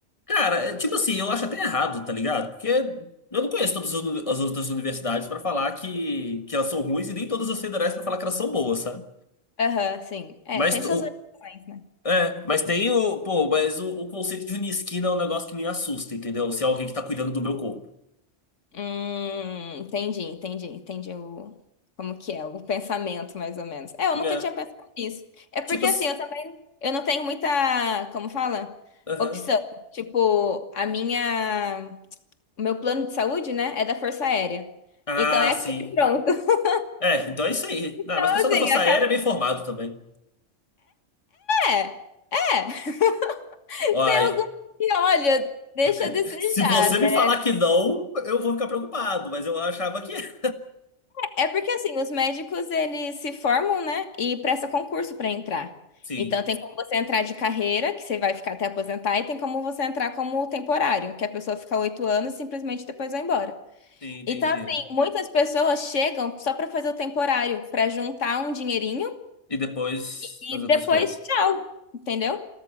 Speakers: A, on the left; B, on the left.
A: Cara, é, tipo assim, eu acho até errado, tá ligado? Porque eu não conheço todas as uni- as outras universidades pra falar que, que elas são ruins e nem todas as federais pra falar que elas são boas, sabe?
B: Aham, sim. É,
A: Mas
B: tem suas
A: o,
B: orientações, né?
A: é, mas tem o, pô, mas o, o conceito de unisquina é um negócio que me assusta, entendeu? Se é alguém que tá cuidando do meu corpo.
B: Hum, entendi, entendi, entendi o, como que é, o pensamento, mais ou menos. É, eu
A: É,
B: nunca tinha pensado nisso. É porque,
A: tipo assim,
B: assim, eu também, eu não tenho muita, como fala?
A: aham.
B: Opção. Tipo, a minha, o meu plano de saúde, né, é da Força Aérea.
A: Ah,
B: Então é
A: sim.
B: aqui pronto. <laughs>
A: É, então é isso aí.
B: Então,
A: Ah, mas o pessoal
B: assim,
A: da Força
B: acaba...
A: Aérea é bem formado também.
B: É, é. <laughs>
A: Olha,
B: Tem alguns que, olha, deixa
A: <laughs>
B: a desejar,
A: se você
B: né?
A: me falar que não, eu vou ficar preocupado, mas eu achava que é.
B: É porque assim, os médicos eles se formam, né, e presta concurso para entrar.
A: Sim,
B: Então tem como você entrar de carreira, que você vai ficar até aposentar, e tem como você entrar como temporário, que a pessoa fica oito anos e simplesmente depois vai embora.
A: sim, entendi.
B: Então assim, muitas pessoas chegam só para fazer o temporário, para juntar um dinheirinho
A: E depois
B: e
A: fazer outras
B: depois
A: coisas.
B: tchau, entendeu?